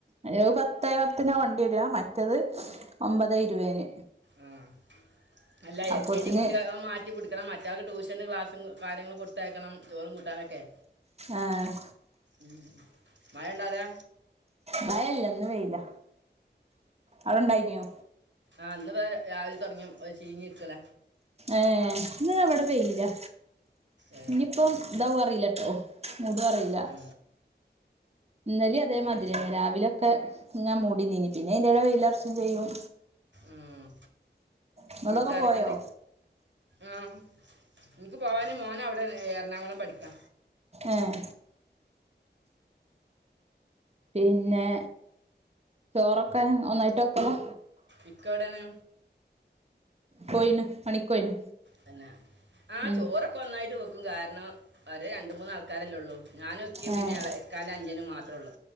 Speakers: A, on the right; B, on the right.
A: അയ്നത് പത്തേ പത്തിനാ വണ്ടി വെര. മറ്റത് ഒമ്പതെ ഇരൂവേന്.
B: ആഹ് അല്ല
A: അപ്പോത്തിന്
B: എൽ കെ ജി കുട്ട്യാളെ അഹ് മാറ്റിപിടിക് ക്കണം മറ്റാൾക്ക് ട്യൂഷന് ക്ലാസും കാര്യങ്ങളും കൊടുത്തയക്കണം ചോറും കൂട്ടാനൊക്കെ.
A: ആഹ്
B: ഉം മയണ്ടൊ അവ്ടെ?
A: മയല്ല, ഇന്ന് വെയിലാ. അവ്ടെണ്ടായിന്യോ?
B: ആഹ് ഇന്ന് ബടെ രാവിലെ തൊടങ്ങ്യ ഒരു ചീഞ്ഞ് നിക്കല.
A: ഏഹ് ഇന്ന് ന്നാ ഇവടെ വെയിലാ.
B: ഏ
A: ഇനിപ്പം ഇതാവോ അറീലട്ടോ. മൂടോ അറീല്ല.
B: ആ,
A: ഇന്നലിം അതേമാതിര്യെന്ന
B: ഈ-
A: രാവിലെക്ക ഇങ്ങ മൂടി നിന്നീനി. പിന്നെ അയ്ന്റെടെ വെയിലർച്ചും ചെയ്യും.
B: ഉം
A: ഇങ്ങളതൊക്കെ
B: വീട്ട്ലാരെക്കെണ്ട്?
A: പോയോ
B: ആം. ഇൻക്ക് പോവാന് മോനവ്ടേണ്. എറണാകുളം പഠിക്കാ.
A: ഏഹ്. പിന്നെ ചോറൊക്കെ, ഒന്നായിട്ട് വെക്കലാ?
B: ഇക്ക എവിടെണ്?
A: പോയിണ് പണിക്കോയിണ്.
B: തന്നെ. ആഹ്
A: ഉം
B: ചോറൊക്കെ ഒന്നായിട്ട് വെക്കും. കാരണം ഒരെ രണ്ട് മൂന്നാൾക്കാരെല്ലെ ഒള്ളൂ. ഞാന് ഇക്കിം
A: ഏഹ്
B: പിന്നെ എള ഇക്കാന്റെ അഞ്ചനും മാത്രൊള്ളൂ.